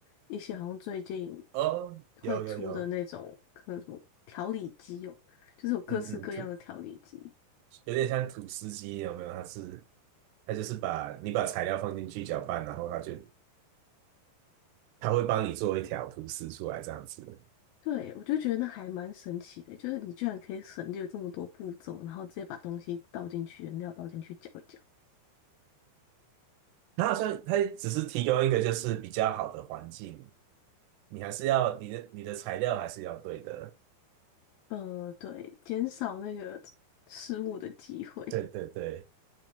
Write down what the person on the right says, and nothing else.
哦，
有有有，
嗯嗯，吐有点像吐司机，有没有？它是它就是把你把材料放进去搅拌，然后它就它会帮你做一条吐司出来这样子。
它好像它只是提供一个就是比较好的环境，你还是要你的你的材料还是要对的。
对对对。